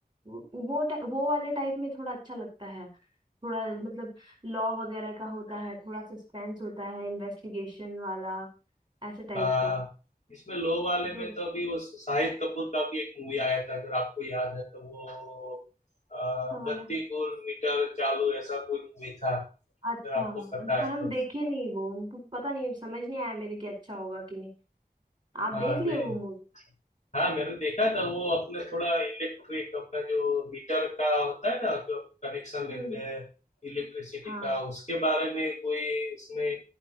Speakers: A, on the right (about 30°); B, on the left (about 45°).
A: वो वो टा- वो वाले टाइप में थोड़ा अच्छा लगता है थोड़ा मतलब लॉ वगैरह का होता है थोड़ा सस्पेंस होता है इन्वेस्टिगेशन वाला ऐसे टाइप
B: हाँ
A: का
B: इसमें लो वाले
A: जो
B: में तो अभी वो शाहिद कपूर का भी एक मूवी आया था अगर आपको याद है तो वो आ,
A: ऐसा वाला
B: बत्ती गुल मीटर चालू ऐसा कोई मूवी था अगर
A: अच्छा
B: आपको पता
A: पर
B: है
A: हम
B: तो
A: देखे नहीं वो हमको पता नहीं समझ नहीं आया मेरे कि अच्छा होगा कि नहीं आप
B: हाँ
A: देख लिए
B: नहीं
A: वो मूवी
B: हाँ मैंने देखा था वो अपना थोड़ा इलेक्ट्रिक अपना जो मीटर का होता है ना जो कनेक्शन लेते
A: हम्म
B: हैं इलेक्ट्रिसिटी
A: हाँ
B: का उसके बारे में कोई उसने